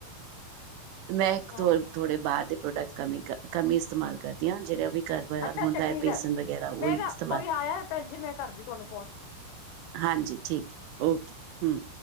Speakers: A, on the right (about 80°); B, on the left (about 75°).
A: ਮੈਂ ਇੱਕ
B: ਹਾਂ
A: ਥੋੜੇ ਬਾਰ ਦੇ ਪ੍ਰੋਡਕਟ ਕਮੀ ਕਰ ਕਮੀ ਹੀ ਇਸਤੇਮਾਲ ਕਰਦੀ ਹਾਂ ਜਿਹੜਾ ਉਹ ਵੀ ਘਰ
B: ਅੱਛਾ
A: ਹੁੰਦਾ
B: ਅੱਛਾ
A: ਹੈ
B: ਠੀਕ
A: ਬੇਸਨ ਵਗੈਰਾ ਉਹਹੀ
B: ਮੈਂ ਨਾ
A: ਇਸਤੇਮਾਲ
B: ਕੋਈ ਆਇਆ ਭੈਣ ਜੀ ਮੈਂ ਕਰਦੀ ਤੁਹਾਨੂੰ ਫੋਨ
A: ਹਾਂਜੀ ਠੀਕ ਓਕੇ ਹੂੰ